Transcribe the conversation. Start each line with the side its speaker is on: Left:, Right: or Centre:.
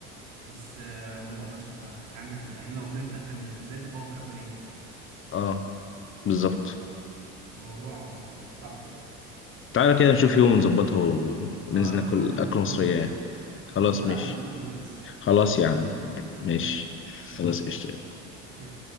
Right: بس آه، ما بقدرش بصراحة يعني عندك يعني لو قدامي فراخ بانيه ازاي تقاوم فراخ بانيه
Left: اه بالظبط
Right: الموضوع آه، صعب يعني
Left: تعالى كده نشوف يوم ونظبطها وننزل
Right: اه لو
Left: ناكل
Right: كده ممكن
Left: اكل
Right: اخدك
Left: مصريه
Right: يوم نروح ويلز
Left: يعني خلاص
Right: نروح لا
Left: ماشي
Right: نروح ناكل ويلز
Left: خلاص يا عم ماشي
Right: ماشي موافق
Left: خلاص قشطة
Right: يلا